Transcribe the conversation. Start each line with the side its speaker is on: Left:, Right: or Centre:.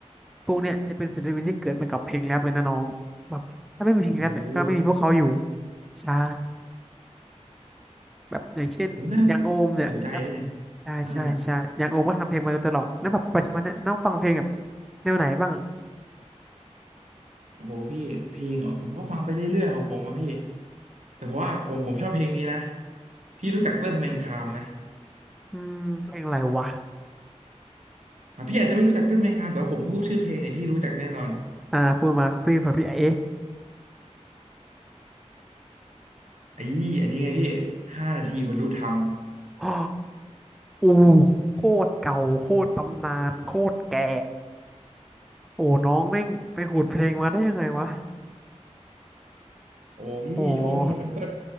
Centre: พวกเนี่ยจะเป็นศิลปินที่เกิดมากับเพลงแรปเลยนะน้องแบบถ้าไม่มีเพลงแรปเนี่ยก็ไม่มีพวกเขาอยู่
Right: โห
Centre: ใช่แบบอย่างเช่นอยางโอมเนี่ยก็
Right: โอ้น่าน่าสนใจเลย
Centre: ใช่ใช่ใช่อยางโอมก็ทำเพลงมาโดยตลอดแล้วแบบปัจจุบันเนี่ยน้องฟังเพลงแบบ
Right: อ่า
Centre: แนวไหนบ้างอะ
Right: โอ้โหพี่เพลงเหรอผมก็ฟังไปเรื่อยๆของผมอะพี่แต่เพราะว่าผมผมชอบเพลงนี้นะพี่รู้จักเติ้ลแมงคามไหม
Centre: อืมเพลงอะไรวะ
Right: อ่ะพี่อาจจะไม่รู้จักเติ้ลแมงคามแต่ว่าผมพูดชื่อเพลงเนี่ยพี่รู้จักแน่นอน
Centre: อ่าพูดมาพี่เผื่อพี่เอ๊ะ <gasps>
Right: ไอ้อันนี้ไงพี่ห้านาทีบรรลุธรรม
Centre: อ๋อ อู้โคตรเก่าโคตรตำนานโคตรแก่โอ้น้องแม่งไปขูดเพลงมาได้ยังไงวะ
Right: โอ้พี่ช่วงนี้มันก็
Centre: โอ้